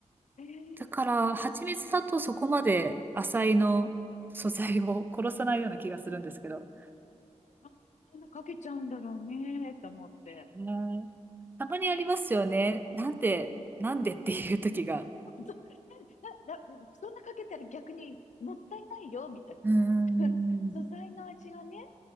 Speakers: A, on the left; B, on the right.
A: ええ
B: だから、蜂蜜だとそこまでアサイの素材を殺さないような気がするんですけど。
A: なんであんなかけちゃうんだろうね、と思って。
B: へーたまにありますよね。
A: 結構、
B: なんで、
A: うんうん。
B: なんでっていう時が。
A: そな、な、そんなかけたら逆にもったいないよ、みたい
B: うーん、
A: な。<laughs> 素材の味がね、